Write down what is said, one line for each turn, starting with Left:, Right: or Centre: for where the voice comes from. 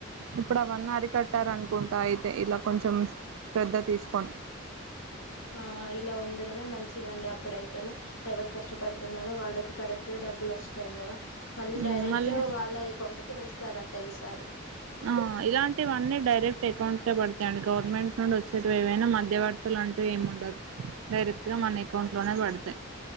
Right: ఇప్పుడు అవన్నీ అరికట్టారనుకుంటా అయితే ఇలా కొంచెం శ్రద్ధ తీసుకొం
Left: ఆ ఇలా ఉండడమే మంచిదండి అప్పుడైతేనే ఎవరు కష్టపడుత న్నార వాళ్ళకి కరెక్ట్ గా డబ్బులు వస్తాయి కదా మళ్ళీ
Right: హ్మ్.
Left: డైరెక్ట్
Right: మళ్ళీ
Left: వాళ్ళ అకౌంట్ క ఎస్త ఇస్తారంటే ఈసారి
Right: ఆ ఇలాంటివన్నీ డైరెక్ట్ అకౌంట్ పడతాయండి గవర్నమెంట్ నుండి వచ్చేటవి ఏవైనా మధ్యవర్తలు అంటూ ఏమి ఉండదు డైరెక్ట్ గా మన అకౌంట్ లోనే పడతాయి